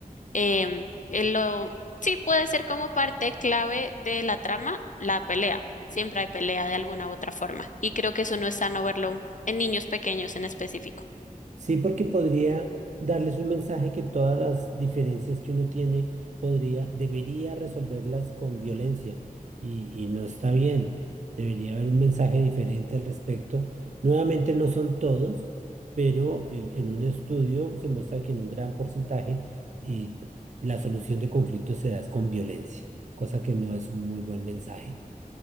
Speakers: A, on the left (about 60°); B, on the right (about 55°).
A: Em, eh, lo, sí puede ser como parte clave de la trama, la pelea. Siempre hay pelea de alguna u otra forma. Y creo que eso no es sano verlo en niños pequeños en específico.
B: Sí, porque podría darles un mensaje que todas las diferencias que uno tiene podría, debería resolverlas con violencia y, y no está bien. Debería haber un mensaje diferente al respecto. Nuevamente no son todos, pero eh, en un estudio se muestra que en un gran porcentaje eh, la solución de conflictos se da es con violencia, cosa que no es un muy buen mensaje.